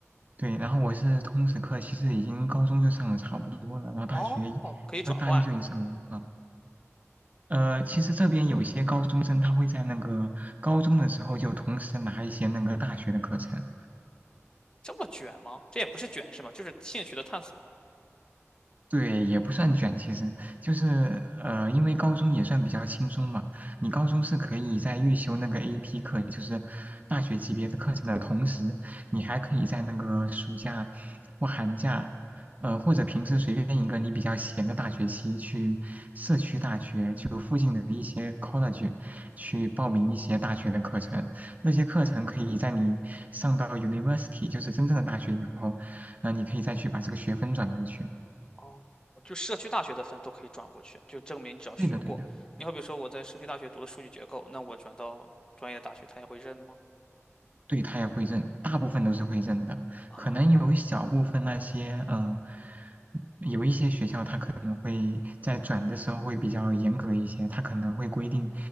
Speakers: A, on the right; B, on the left.
A: 对，然后我是通识课，其实已经高中就上的差不多了，然后大学一呃大一就已经上了啊。
B: 哦，可以转换，
A: 呃，其实这边有些高中生他会在那个高中的时候就同时拿一些那个大学的课程，
B: 这么卷吗？这也不是卷是吗？就是兴趣的探索。
A: 对，也不算卷，其实就是呃，因为高中也算比较轻松嘛。你高中是可以在预修那个 AP 课，就是大学级别的课程的同时，你还可以在那个暑假或寒假，呃，或者平时随便一个你比较闲的大学期，去社区大学就附近的一些 college 去报名一些大学的课程。那些课程可以在你上到 university，就是真正的大学以后，呃，你可以再去把这个学分转过去。
B: 哦，就社区大学的分都可以转过去，就证明你只要学过。
A: 对的，对的，
B: 你好比说我在社区大学读的数据结构，那我转到专业的大学，他也会认吗？
A: 对，他也会认，大部分都是会认的，
B: 啊，
A: 可能有一小部分那些，嗯、有一些学校他可能会在转的时候会比较严格一些，他可能会规定，